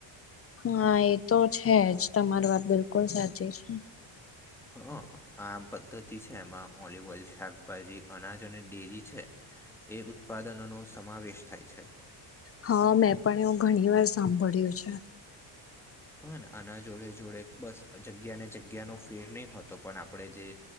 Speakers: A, on the left; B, in the centre.
A: હા એ તો છે જ તમારી વાત બિલકુલ સાચી છે
B: હ આ પદ્ધતિ છે એમાં ઓલિવ ઓલ શાકભાજી અનાજ અને ઈ છે એ ઉત્પાદનોનો સમાવેશ થાય છે
A: હા મેં પણ એવું ઘણી વાર સાંભળ્યું છે
B: હ ને આના જોડે જોડે બસ જગ્યાને જગ્યાનો ફેર નહીં હોતો પણ આપણે જે